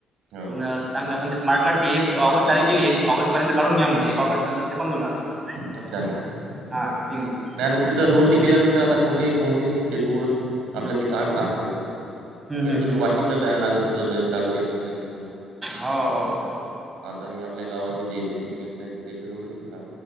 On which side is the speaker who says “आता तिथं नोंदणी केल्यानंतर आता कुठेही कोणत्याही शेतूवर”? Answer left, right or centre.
Right